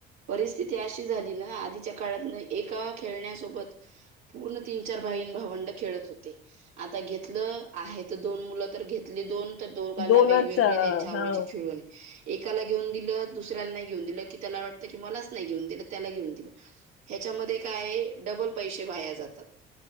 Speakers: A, on the right; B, on the left.
A: परिस्थिती अशी झाली ना आधीच्या काळात न एका खेळण्यासोबत. पूर्ण तीन-चार भाईं भावंड खेळत होती. आता घेतलं आहे ते दोन मुलं तर घेतली दोन. तर दोघांना
B: दोनच
A: वेगवेगळे
B: हा
A: त्यांच्या आवडीचे
B: हा.
A: एकाला घेऊन दिलं दुसऱ्याला नाहीे घेऊन दिलं की त्याला वाटत की मलाच नाहीे घेऊन दिलं त्याला घेऊन दिलं ह्याच्यामध्ये काय डबल पैसे वाया जातात.